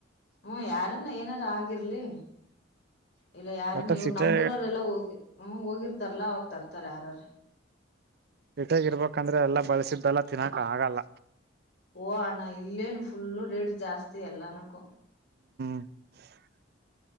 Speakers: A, on the left; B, on the right.
A: ಹ್ಮ ಯಾರಾನ ಏನಾರು ಆಗಿರ್ಲಿ ಇಲ್ಲ ಯಾರನ
B: ಒಟ್ಟ
A: ಇವ್ರು
B: ಸಿಟಿ
A: ನಮ್ಮೂಊರವ್ರ ಎಲ್ಲ ಹೋಗಿ ಹ ಹೋಗಿರ್ತಾರಲ್ಲಾ ಅವ ತರ್ತಾರ ಯಾರಾರ
B: ಹಟಗ ಇರ್ಬೇಕಂದ್ರೆ ಎಲ್ಲಾ ಬಳ್ಸಿದ್ದಲ್ಲ ತಿನ್ನಕ್ ಆಗಲ್ಲ
A: ಓ ಅಣ್ಣ ಇಲ್ಲೇನು ಫುಲ್ಲು ರೇಟ್ ಜಾಸ್ತಿ ಎಲ್ಲಾನಕ್ಕ
B: <inaudible>